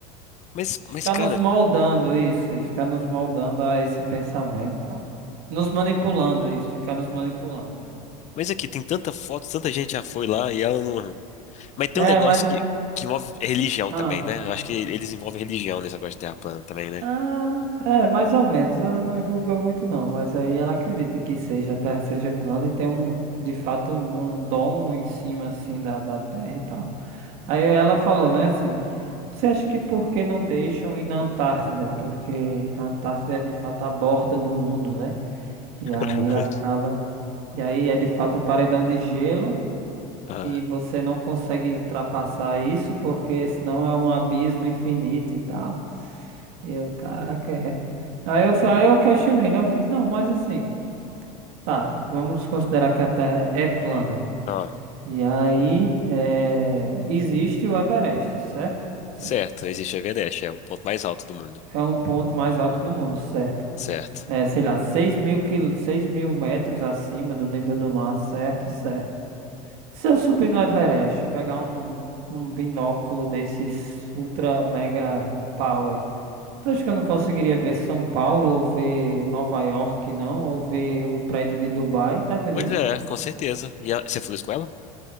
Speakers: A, on the left; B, on the right.
A: Mas,
B: Ficar
A: mas, cara,
B: nos moldando isso, e ficar nos moldando a esse pensamento, e tal. Nos manipulando isso, ficar nos manipulando.
A: mas aqui, tem tanta foto, tanta gente já foi lá e ela não. Mas tem
B: É,
A: um negócio
B: mas ah,
A: que, que envolve religião
B: ah.
A: também, né? Eu acho que eles envolvem religião nesse negócio de terra plana também, né?
B: Ah, é, mais ou menos. Ela não envolveu muito, não. Mas aí ela acredita que seja, a Terra seja plana e tem um, de fato, um, um domo em cima, assim, da, da Terra e tal. Aí ela falou, né, assim, você acha que por que não deixam ir na Antártida? Porque a Antártida é, de fato, a borda do mundo, né? E
A: <laughs>
B: aí acaba... E aí é, de fato, um paredão de gelo
A: Ah,
B: que você não consegue ultrapassar isso porque senão é um abismo infinito e tal. E eu, caraca, é. Aí eu, fa- aí eu questionei, né? Eu fiz, não, mas assim, tá, vamos considerar que a Terra é plana.
A: ah,
B: E aí, é, existe o Everest, certo? Certo.
A: certo, existe Everest, é o ponto mais alto do mundo.
B: É um ponto mais alto do mundo, certo?
A: Certo.
B: É, sei lá, seis mil, quil... seis mil metros acima do nível do mar, certo? Certo. Se eu subir no Everest, e pegar um, um binóculo desses ultra mega power, Tu acha que eu não conseguiria ver São Paulo, ou ver Nova York, não? Ou ver o prédio de Dubai, tá entendendo?
A: Pois é, com certeza. E ela- você falou isso com ela?